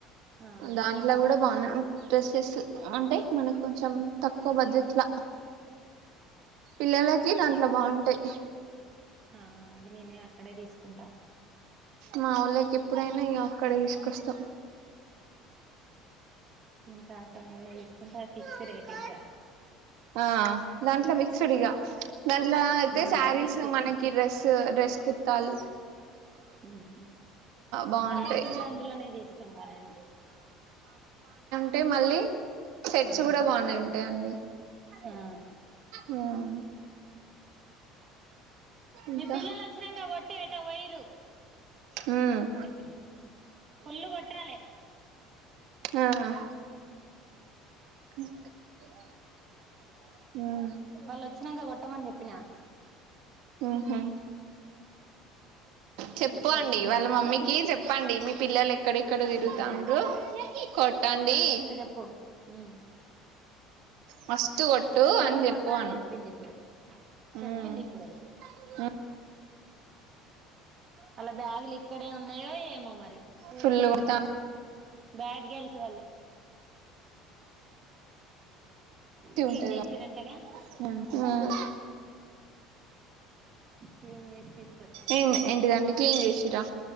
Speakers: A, on the right; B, on the right.
A: ఆ
B: దానికి. ఇలా కూడా బాగనే డ్రెస్సెస్ అంటే మనకు కొంచం త క్కో బజేట్ల. పిల్లలకి దాంట్లో బాగుంటయ్.
A: ఆ అవి నేనే అక్కడే తీసుకుంటా.
B: మా వోళ్ళకేప్పుడైనా ఇగ అక్కడ తీసుకొస్తాం.
A: నేను కాసం లనే తీసుకుంటా ఫిక్స్ రేటింగ్గా.
B: ఆ దాంట్ల విక్సుడిగా. దట్ల అయితే
A: ఉమ్
B: శారీస్
A: ఫిక్స్
B: మనకి డ్రెస్సు డ్రెస్ కుర్తల్.
A: ఉహు.
B: బాగుంటాయి
A: టాప్స్ గూడా అందులోనే దిసుకుంటా నేను.
B: అంటే మళ్ళీ సెట్స్
A: అవును
B: గూడా బాగనే ఉంటాయిండి.
A: ఆ
B: ఉమ్. ఇంకా
A: మీ పిల్లలు అచ్చినక్క కొట్టు ఏటో వేయిర్రు.
B: ఉమ్.
A: చెప్పిన ఫుల్లు కొట్టాలే.
B: ఆ. అ.
A: వాళ్ళు లోచ్చినాక్క కొట్టమని జేప్పినా.
B: ఉహు. చెప్పో
A: ఇప్పుడు
B: అండి
A: మమ్మీని
B: వాళ్ళ
A: చూసి
B: మమ్మీకి చెప్పండి మీ పిల్లలు ఎక్కడెక్కడో తిరుగుతండ్రు.
A: ఉమ్
B: కొట్టాడి.
A: జేప్పు హు
B: మస్తు కొట్టు
A: ఫుల్లు
B: అని చెప్పు
A: గోడతా అని
B: అను
A: జేప్. చెప్పిందిప్పుడు చెప్పిందిప్పుడు.
B: ఉమ్ ఉ
A: అల్లా బ్యాగులు ఇక్కడే ఉన్నాయో ఏమో మరి. స్కూల్
B: ఫుల్లు
A: కి
B: కొడుతాన్.
A: బ్యాడ్ గెలిసు వాళ్ళు.
B: ఉట్టి
A: క్లీన్
B: ఉంటది
A: చేసిరంటగా
B: ఇగ ఉమ్.
A: క్లీన్ చేసి తీసుకొచ్చిరంట
B: ఏ ఎంటి దండీ క్లీన్ జీషింర్రా.